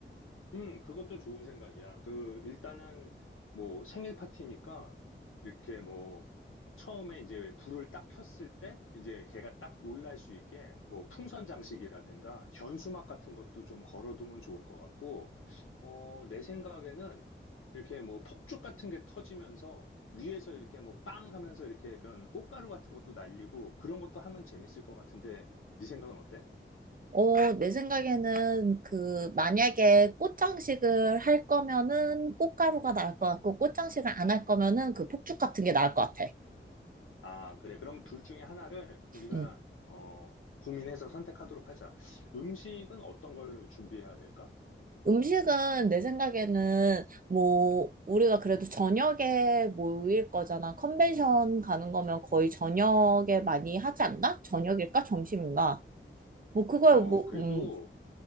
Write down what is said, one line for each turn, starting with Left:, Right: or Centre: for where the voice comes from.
Left: 음, 그것도 좋은 생각이야. 그, 일단은, 뭐, 생일 파티니까, 이렇게 뭐, 처음에 이제 불을 딱 켰을 때, 이제 걔가 딱 놀랄 수 있게, 뭐, 풍선 장식이라든가, 현수막 같은 것도 좀 걸어두면 좋을 것 같고, 어, 내 생각에는, 이렇게 뭐, 폭죽 같은 게 터지면서, 위에서 이렇게 뭐, 빵 하면서 이렇게 그런 꽃가루 같은 것도 날리고, 그런 것도 하면 재밌을 것 같은데, 네 생각은 어때?
Right: 어, 내 생각에는 그 만약에 꽃장식을 할 거면은 꽃가루가 나을 것 같고 꽃장식을 안 할 거면은 그 폭죽 같은 게 나을 것 같아.
Left: 아, 그래. 그럼 둘 중에 하나를 우리가,
Right: 음.
Left: 어, 고민해서 선택하도록 하자. 음식은 어떤 걸 준비해야 될까?
Right: 음식은 내 생각에는 뭐 우리가 그래도 저녁에 모일 거잖아. 컨벤션 가는 거면 거의 저녁에 많이 하지 않나? 저녁일까? 점심인가? 뭐 그걸
Left: 어,
Right: 뭐
Left: 그래도,
Right: 음.